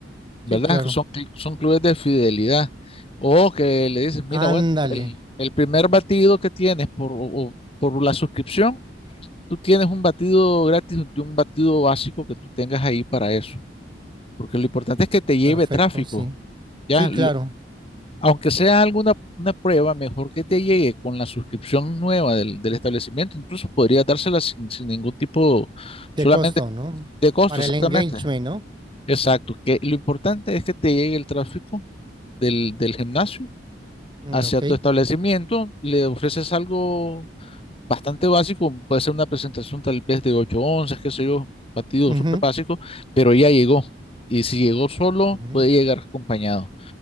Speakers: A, on the left; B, on the right.
A: ¿verdad?
B: sí, claro.
A: Que Son, cl- son clubes de fidelidad. O que le dicen, mira,
B: Ándale.
A: bueno, el, el primer batido que tienes por, o- o por la suscripción, tú tienes un batido gratis de un batido básico que tú tengas ahí para eso. Porque lo importante es que te lleve
B: Perfecto,
A: tráfico,
B: sí.
A: ¿ya?
B: Sí,
A: Lo-
B: claro.
A: aunque sea alguna una prueba, mejor que te llegue con la suscripción nueva del, del establecimiento. Incluso podría dársela sin, sin ningún tipo, solamente
B: De costo, ¿no?
A: de costo,
B: Para
A: exactamente.
B: el engagement, ¿no?
A: Exacto. Que lo importante es que te llegue el tráfico del, del gimnasio
B: Mm,
A: hacia
B: Ok.
A: tu establecimiento, le ofreces algo bastante básico, puede ser una presentación tal vez de 8 onzas, qué sé yo, batido
B: Ujú,
A: súper básico, pero ya llegó. Y si llegó solo,
B: ujú.
A: puede llegar acompañado.